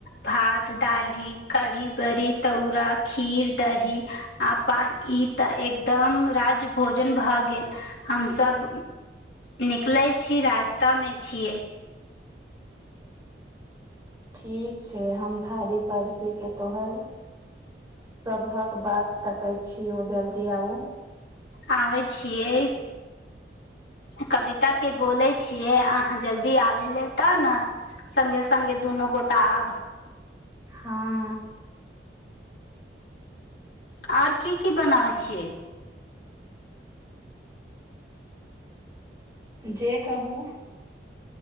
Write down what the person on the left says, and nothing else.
भात दालीही कढ़ी बड़ी तौरा खीर दही अपन ई तऽ एकदम राज भोजन भए गेल हमसभ निकलै छी रास्तामे छियै
खाबै छियै कविता के बोलै छियै अहाँ जल्दी आबै लेल तऽ न सङगे सङगे दुनो गोटाब
आर की की बनाबै छियै